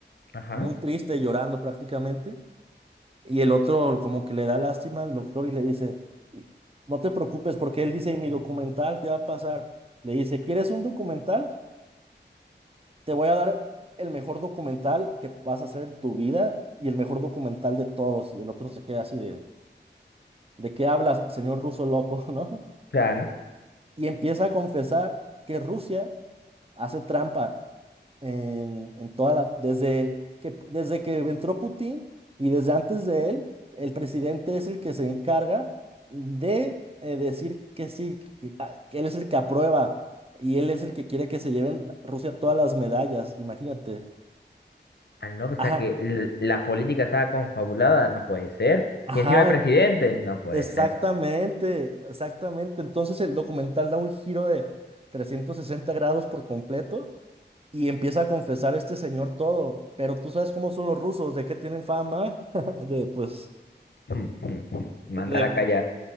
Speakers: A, on the left; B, on the right.
A: Ajá,
B: muy triste, llorando prácticamente. Y el otro como que le da lástima al doctor y le dice, "Y- no te preocupes porque él dice, mi documental, ¿qué va a pasar? Le dice, ¿quieres un documental? Te voy a dar el mejor documental que vas a hacer en tu vida y el mejor documental de todos. Y el otro se queda así de, ¿de qué hablas, señor ruso loco, <laughs> no?
A: claro.
B: Y empieza a confesar que Rusia hace trampa en, en toda la, desde que, desde que entró Putin y desde antes de él, el presidente es el que se encarga de eh, decir que sí, que, ah, que él es el que aprueba y él es el que quiere que se lleven la- Rusia todas las medallas, imagínate.
A: Ah, no, o sea
B: Ajá,
A: que l- la política estaba confabulada, no puede ser.
B: ajá,
A: Y encima el presidente,
B: en-
A: no puede
B: exactamente,
A: ser. <laughs>
B: exactamente. Entonces el documental da un giro de 360 grados por completo y empieza a confesar este señor todo, pero tú sabes cómo son los rusos, de qué tienen fama, <laughs> de pues
A: Hmm, hmm, hmm. Mandar
B: de, de
A: a callar.